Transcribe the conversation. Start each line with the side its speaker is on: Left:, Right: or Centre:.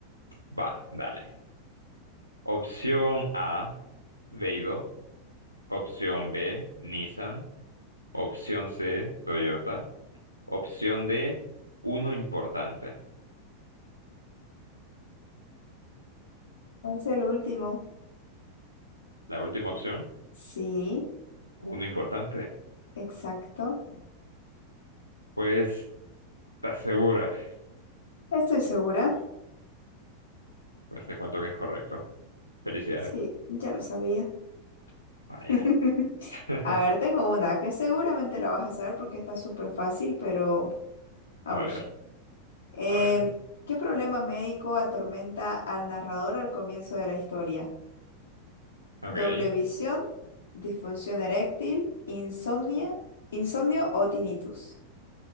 Right: va? Dale. Opción A, Veido. Opción B, Nissan. Opción C, Toyota. Opción D, uno importante.
Left: Es el último.
Right: La última opción,
Left: Sí,
Right: uno importante.
Left: exacto.
Right: Pues, ¿estás segura?
Left: Estoy segura.
Right: Pues te cuento que es correcto. Felicidades.
Left: Sí, ya lo sabía.
Right: Vaya.
Left: <laughs>
Right: <laughs>
Left: A ver, tengo una que seguramente la vas a saber porque está súper fácil, pero a
Right: A
Left: ver.
Right: ver.
Left: Em,
Right: A ver,
Left: ¿qué problema médico atormenta al narrador al comienzo de la historia?
Right: ok.
Left: ¿Doble visión, disfunción eréctil, insomnia, insomnio o tinnitus?